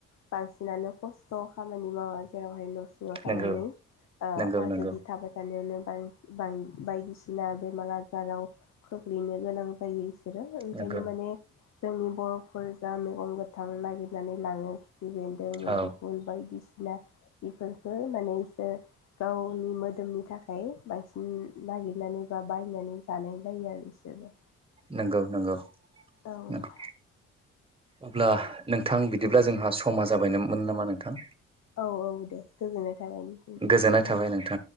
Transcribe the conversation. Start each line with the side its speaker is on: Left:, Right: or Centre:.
Left: बांसिनानो खस्थ' खामानि मावा जेरावहाय न' सिङाव थानानै
Right: नंगौ
Left: ओ
Right: नंगौ
Left: आजादि
Right: नंगौ
Left: थाबाय थानायावनो बां बां बायदिसिना बदिसिना बेमार आजाराव खख्लैनो गोनां जायो बिसोरो ओंखायनो
Right: नंगौ
Left: माने जोंनि बर'फोर जा मैगं गोथां नागिरनानै लाङो खाफिबेन्दों मदुफुन
Right: औ
Left: बायदिसिना इफोरखौ माने इसोर गावनि मोदोमनि थाखाय बांसिन नागिरनानै बा बायनानै जानाय जायो आरो इसोरबो
Right: नंगौ नंगौ
Left: औ
Right: नंगौ। अब्ला नोंथां बिदिब्ला जोंहा समा जाबायनोमोन नामा नोंथां?
Left: औ औ दे गोजोननाय थाबाय नोंथां निसिम।
Right: गोजोननाय थाबाय नोंथां